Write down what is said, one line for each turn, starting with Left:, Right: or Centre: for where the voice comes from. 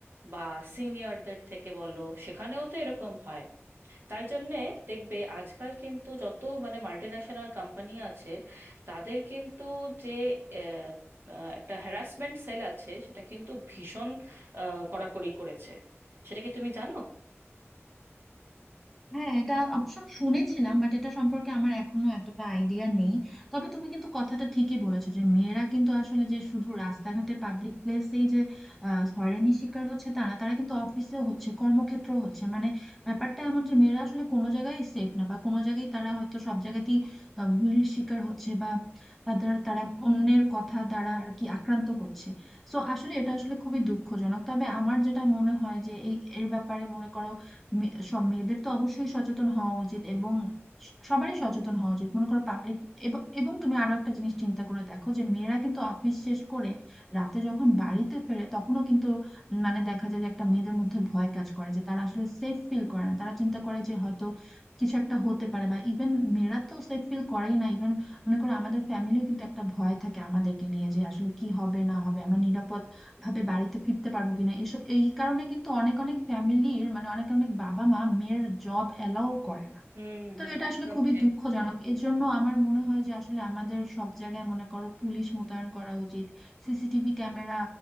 Right: বা সিনিয়রদের থেকে বলো সেখানেও তো এরকম হয় তাই জন্যে দেখবে আজকাল কিন্তু যত মানে মাল্টিন্যাশনাল কোম্পানি আছে তাদের কিন্তু যে আহ, আহ, একটা হ্যারাসমেন্ট সেল আছে সেটা কিন্তু ভীষণ আহ, কড়াকড়ি করেছে সেটা কি তুমি জানো
Centre: হ্যাঁ এটা অবশ্য আমি শুনেছিলাম বাট এটা সম্পর্কে আমার এখনো এতটা আইডিয়া নেই তবে তুমি কিন্তু কথাটা ঠিকই বলেছো যে মেয়েরা কিন্তু আসলে যে শুধু রাস্তাঘাটে পাবলিক প্লেসেই যে আহ, হয়রানির শিকার হচ্ছে তা না তারা কিন্তু অফিসে হচ্ছে কর্মক্ষেত্র হচ্ছে মানে ব্যাপারটা এমন যে মেয়েরা আসলে কোনো জায়গায় সেফ না বা কোনো জায়গায় তারা হয়তো সব জায়গাতেই আহ, বুলির শিকার হচ্ছে বা তাদের তারা অন্যের কথা দ্বারা আর কি আক্রান্ত হচ্ছে সো আসলে এটা আসলে খুবই দুঃখজনক তবে আমার যেটা মনে হয় যে এই এর ব্যাপারে মনে করো মে- সব মেয়েদের তো অবশ্যই সচেতন হওয়া উচিত এবং স- সবারই সচেতন হওয়া উচিত মনে করো পাবলিক এবং তুমি আরো একটা জিনিস চিন্তা করে দেখো যে মেয়েরা কিন্তু অফিস শেষ করে রাতে যখন বাড়িতে ফেরে তখনও কিন্তু উম, মানে দেখা যায় যে একটা মেয়েদের মধ্যে ভয় কাজ করে যে তারা আসলে সেফ ফিল করে না তারা চিন্তা করে যে হয়তো কিছু একটা হতে পারে বা ইভেন মেয়েরা তো সেফ ফিল করেই না ইভেন মনে করো আমাদের ফ্যামিলিও কিন্তু একটা ভয় থাকে আমাদেরকে নিয়ে যে আসলে কি হবে না হবে আমরা নিরাপদ ভাবে বাড়িতে ফিরতে পারবো কিনা এসব এই কারণে কিন্তু অনেক অনেক ফ্যামিলির মানে অনেক অনেক বাবা মা মেয়ের জব অ্যালাউ করে না
Right: হুম
Centre: তো
Right: হুম
Centre: এটা
Right: একদম
Centre: আসলে খুবই
Right: ঠিক
Centre: দুঃখজনক এর জন্য আমার মনে হয় যে আসলে আমাদের সব জায়গায় মনে করো পুলিশ মোতায়েন করা উচিত সিসিটিভি ক্যামেরা